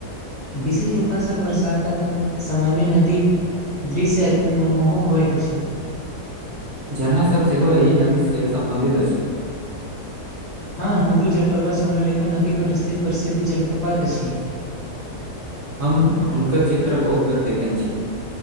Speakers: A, on the left; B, on the right.
A: विशेष रूपसँ बरसातक समय मे नदी दृश्य अत्यन्त मनमोहक होइत अछि
B: झरना सब सेहो य नदी सेहो सम्बन्धित अछि
A: हँ हुडू जलप्रपात स्वर्णरेखा नदी परर स्थित प्रसिद्ध जलप्रपात अछि
B: हम हुनकर चित्र बहुत बेर देखने छी